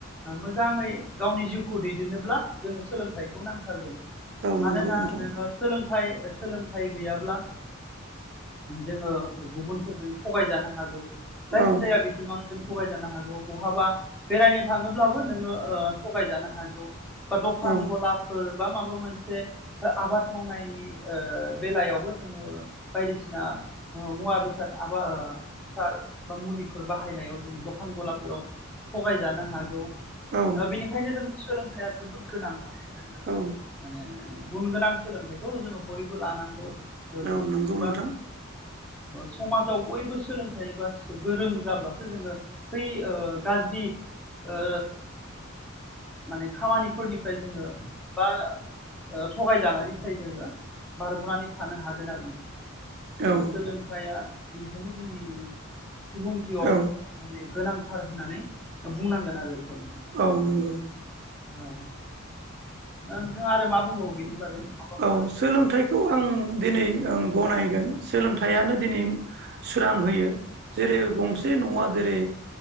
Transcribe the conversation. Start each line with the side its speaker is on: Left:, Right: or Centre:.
Centre: मोजाङै गावनि जिउखौ दैदेननोब्ला जोङो सोलोंथाइखौ नांथारगोन
Right: औ
Centre: मानोना
Right: नंगौ नोंथां
Centre: नोङो सोलोंथाइ सोलोंथाइ गैयाब्ला जोङो गुबुनफोरजों थगायजानो हागौ जायखिजाया
Right: औ
Centre: बिथिङाव जों थगायजानो हागौ बहाबा बेरायनो थाङोब्लाबो नोङो थगायजानो हागौ बा दखान
Right: औ
Centre: गलाफोर बा माबा मोनसे आबाद मावनायनि बेलायावबो जोङो बायदिसिना मुवा बेसाद आबा हासार बा मुलिफोर बाहायनायाव जोङो दखान गलाफोराव थगायजानो हागौ
Right: औ
Centre: बेनिखायनो जों सोलोंथाइा जोबोद गोनां माने जोङो
Right: औ
Centre: माने गुन गोनां सोलोंथाइखौ जोङो बयबो लानांगौ ओ
Right: औ नंगौ
Centre: बा
Right: नोंथां
Centre: समाजाव बयबो सोलोंथाइ बा गोरों जाब्लासो जोंङो बै गाज्रि ओ माने खामानिफोरनिफ्राय जोंङो बा ओ थगायजानायनिफ्राय जोंङो बारग'नानै थानो हागोन आरो नोंथां सोलोंथाइया
Right: औ
Centre: बेनिखायनो जोंनि सुबुं जिउआव
Right: औ
Centre: माने गोनांथार होननानै बुंनांगोन आरो बेखौ
Right: औ नंगौ
Centre: ओ दा नोंथाङा आरो मा बुंबावो बेनि बागै माबाफोर
Right: औ सोलोंथाइखौ आं दिनै गनायगोन सोलोंथाइयानो दिनै सोरां होयो जेरै गंसे न'आ जेरै